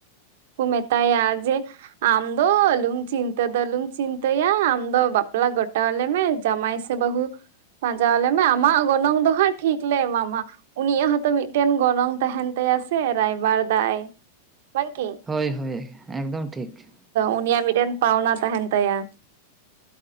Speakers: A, on the right; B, on the right.
A: ᱠᱚ ᱢᱮᱛᱟᱭᱟ ᱡᱮ ᱟᱢ ᱫᱚ ᱟᱞᱚᱢ ᱪᱤᱱᱛᱟᱹ ᱫᱚ ᱟᱞᱚᱢ ᱪᱤᱱᱛᱟᱹᱭᱟ ᱟᱢ ᱫᱚ ᱵᱟᱯᱞᱟ ᱜᱚᱴᱟᱣ ᱟᱞᱮᱢᱮ ᱡᱟᱢᱟᱭ ᱥᱮ ᱵᱟᱹᱦᱩ ᱯᱟᱸᱡᱟ ᱟᱞᱮ ᱢᱮ ᱟᱢᱟᱜ ᱜᱚᱱᱚᱝ ᱫᱚ ᱦᱟᱸᱜ ᱴᱷᱤᱠ ᱞᱮ ᱮᱢᱟ ᱢᱟ ᱩᱱᱤᱭᱟᱜ ᱦᱚᱸᱛᱚ ᱢᱤᱫᱴᱮᱱ ᱜᱚᱱᱚᱝ ᱛᱟᱦᱮᱸᱱ ᱛᱟᱭᱟ ᱥᱮ ᱨᱟᱭᱵᱟᱨ ᱫᱟᱭ ᱵᱟᱝᱠᱤ
B: ᱦᱳᱭ ᱦᱳᱭ ᱮᱠᱫᱚᱢ ᱴᱷᱤᱠ
A: ᱩᱱᱤᱭᱟᱜ ᱢᱤᱫᱴᱮᱱ ᱯᱟᱣᱱᱟ ᱛᱟᱦᱮᱸᱱ ᱛᱟᱭᱟ